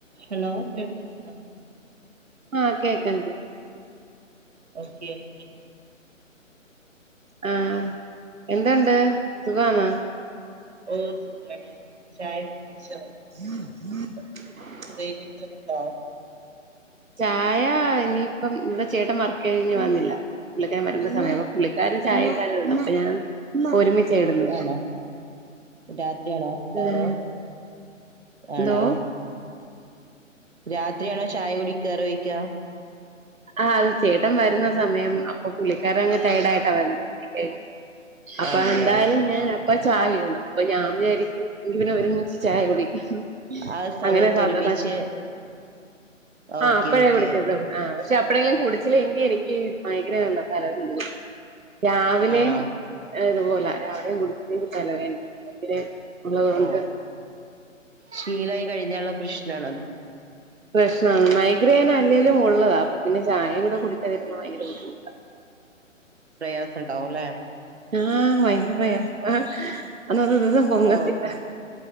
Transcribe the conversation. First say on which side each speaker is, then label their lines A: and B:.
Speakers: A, on the right; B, on the right.
A: Hello കേൾക്കുന്നുണ്ടോ?
B: ആഹ് കേൾക്കാം കെ
A: ഓക്കെ അവ്ടിം കി
B: ആഹ് എന്തൊണ്ട് സുഖവാന്നോ
A: ഓഹ് സുഖായിട്ടിരിക്കുന്നു ചായൊക്കെ കുടിച്ചോ
B: <inaudible>
A: പ്രേമിക്ക്ണ് ണ്ടോ
B: ചായ ഇനിയിപ്പം ഇവിടെ ചേട്ടൻ വർക്ക് കഴിഞ്ഞ് വന്നില്ല. പുള്ളിക്കാരൻ വരുമ്പോ സമയാവും അപ്പ പുള്ളിക്കാരന് ചായെന്തായാലും ഇടണം അപ്പോ ഞാൻ ഒരുമിച്ചാ ഇടുന്നത്
A: ആണോ രാത്രിയാണോ ഇടാറ്
B: ഉം എന്തോ
A: ആണോ രാത്രിയാണോ ചായ കുടിക്കാറ് ഓയ്ക്ക്യാ
B: ആഹ് അത് ചേട്ടൻ വരുന്ന സമയം അപ്പൊ പുളിക്കാരൻ അങ്ങ് ട്ടയേഡായിട്ടാ വരുന്നെ എ അപ്പൊ
A: ഓക്കെ
B: അഹ് എന്തായാലും. ഞൻ അപ്പ ചായ ഇടണം അപ്പൊ ഞാ വിജാരിക്കും എങ്കി പിന്നെ ഒരുമിച്ച് ചായ കുടിക്ക്യാന്ന്. ആഹ്
A: ആ സമയത്ത്
B: അങ്ങനെ സാധാര്ണെ
A: ഒരുമിച്ച് ഓക്കെ
B: ആഹ് അപ്പഴാ
A: ഓക്കെ
B: കുടിക്ക്ണ്ടാവാ. ആഹ് പക്ഷെ അപ്പഴേങ്കിലും കുടിച്ചില്ലെങ്കി എനിക്ക് മൈഗ്രേൻഉണ്ട് തലവേദന പിടിക്കും രാവിലെയും
A: ആണോ
B: ഇതുപോലാ രാവിലെയും കുടിച്ചില്ലെങ്കി തലവേനയാ എങ്കിലെ. എനിക്ക് അതോണ്ട്
A: ഓ ശീലായി കഴിഞ്ഞാള്ള പ്രശ്നാണത്.
B: പ്രശ്നാണ് മൈഗ്രൈൻ അല്ലേലും ഉള്ളതാ അപ്പൊ പിന്നെ ചായേം കൂടെ കുടിക്കാതിരുന്നാ ഭയങ്കര ബുദ്ധിമു
A: പ്രയാസംണ്ടാവും ല്ലെ
B: അഹ് ആഹ് ഭയങ്കര പ്രയാസവാ അന്നത്തെ ദിവസം പൊങ്ങത്തില്ല.
A: ഓ